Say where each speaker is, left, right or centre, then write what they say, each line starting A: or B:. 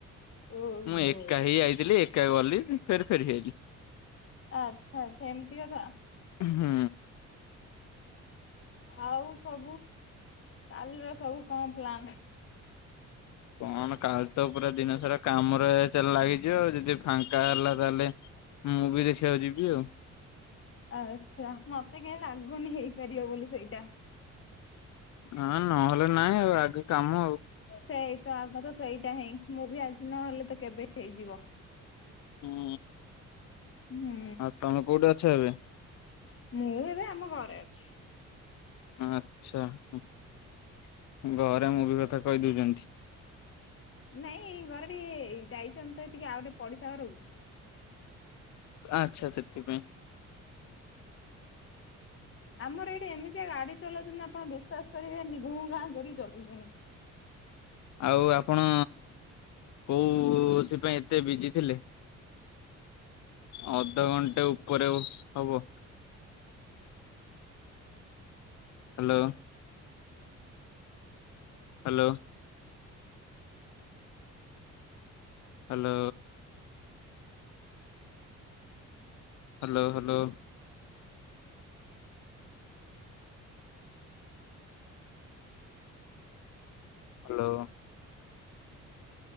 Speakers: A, on the left; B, on the left.
A: ଓହୋ
B: ମୁଁ ଏକା ହେଇ ଆଇଥିଲି ଏକା ଗଲି ଫେର୍ ଫେରି ଆଇଲି।
A: ଆଚ୍ଛା ଆଚ୍ଛା ଏମିତି କଥା।
B: ହୁଁ।
A: ଆଉ ସବୁ କାଲିର ସବୁ କଣ ପ୍ଲାନ?
B: କଣ କାଲି ତ ପୁରା ଦିନ ସାରା କାମରେ ଚାଲ ଲାଗିଯିବ ଆଉ ଯଦି ଫାଙ୍କା ହେଲା ତାହାଲେ ମୁଁ ବି ଦେଖିବାକୁ ଯିବି ଆଉ
A: ଆଛା ମତେ କାଇଁ ଲାଗୁନି ହେଇପାରିବ ବୋଲି ସେଇଟା।
B: ଆଁ ନହେଲେ ନାଇଁ ଆଉ ଆଗେ କାମ ଆଉ
A: ସେଇ ତ ଆଗ ତ ସେଇଟା ହିଁ ମୁଁ ବି ଆଜି ନହେଲେ ତ କେବେ ହେଇଯିବ?
B: ହୁଁ
A: ହୁଁ
B: ଆଉ ତମେ କୋଉଠି ଅଛ ଏବେ?
A: ମୁଁ ଏବେ ଆମ ଘରେ ଅଛି।
B: ଆଚ୍ଛା ତାଙ୍କ ଘରେ ମୁଭି କଥା କହିଦଉଛନ୍ତି।
A: ନାଇଁ ଘରେ ଟିକେ ଯାଇଚନ୍ତି ତ ଟିକେ ଆଉ ଗୋଟେ ପଡିଶା ଘରକୁ।
B: ଆଚ୍ଛା ସେଥିପାଇଁ।
A: ଆମର ଏଇଠି ଏମିତିଆ ଗାଡି ଚଲାଉଛନ୍ତି ଆପଣ ବିଶ୍ୱାସ କରିବେନି ଘୁଁ ଘାଁ କରିକି ଚଲଉଛନ୍ତି।
B: ଆଉ ଆପଣ କୋଉଥିପାଇଁ ଏତେ ବିଜି ଥିଲେ? ଅଧଘଣ୍ଟେ ଉପରେ ହବ। Hello. Hello. Hello. Hello hello. Hello.